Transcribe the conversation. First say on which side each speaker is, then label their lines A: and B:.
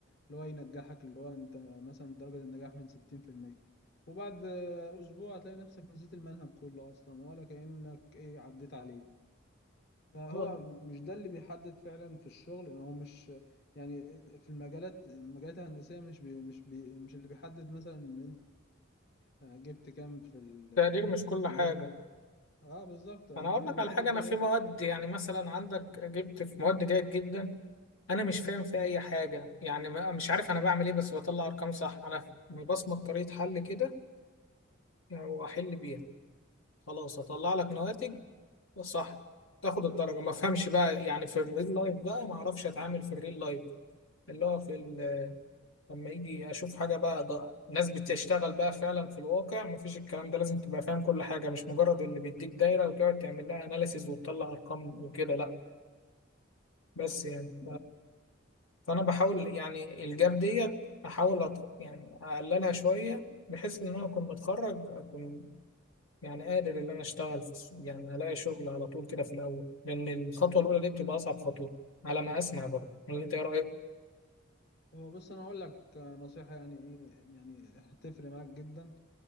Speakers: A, on the left; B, on the left.
A: اللي هو ينجحك اللي هو انت مثلا درجة النجاح من 60% وبعد آه، اسبوع هتلاقي نفسك نسيت المنهج كله اصلا ولا كأنك ايه عديت عليه فهو
B: بالظبط.
A: مش ده اللي بيحدد فعلا في الشغل هو مش يعني في المجالات المجالات الهندسية مش بي مش بي مش اللي بيحدد مثلا ان آه، جبت كام في ال- آه،
B: التقدير مش
A: في
B: كل
A: الكلية
B: حاجة
A: كام اه بالظبط ال-
B: أنا أقول
A: اللي
B: لك
A: بيحدد
B: على حاجة أنا
A: بقى
B: في
A: ايه
B: مواد يعني مثلا عندك جبت في مواد جيد جدا انا مش فاهم في اي حاجه يعني ما- مش عارف انا بعمل ايه بس بطلع ارقام صح انا مبصمج طريقه حل كده يعني واحل بيها خلاص اطلع لك نواتج صح تاخد الدرجه ما افهمش بقى يعني في الريل لايف بقى ما اعرفش اتعامل في الريل لايف اللي هو في ال- لما يجي اشوف حاجه بقى ده ناس بتشتغل بقى فعلا في الواقع ما فيش الكلام ده لازم تبقى فاهم كل حاجه مش مجرد اللي بيديك دايره وتقعد تعمل لها اناليسيز وتطلع ارقام وكده لا بس يعني فانا بحاول يعني الجاب ديت احاول أط... يعني اقللها شويه بحيث ان انا اكون متخرج اكون يعني قادر ان انا اشتغل في... السوق، يعني الاقي شغل على طول كده في الاول لان الخطوه الاولى دي بتبقى اصعب خطوه على ما اسمع برضه ولا انت ايه رايك
A: هو بص انا اقول لك آه، نصيحة يعني ايه يعني هتفرق معاك جدا